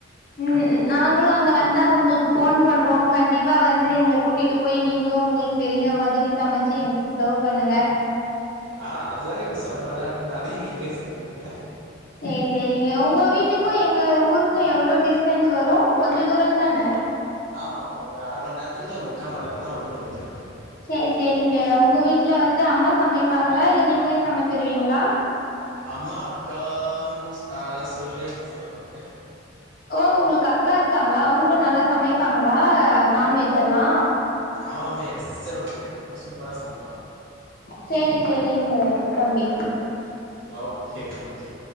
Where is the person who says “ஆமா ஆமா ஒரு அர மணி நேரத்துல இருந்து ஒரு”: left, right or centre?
Right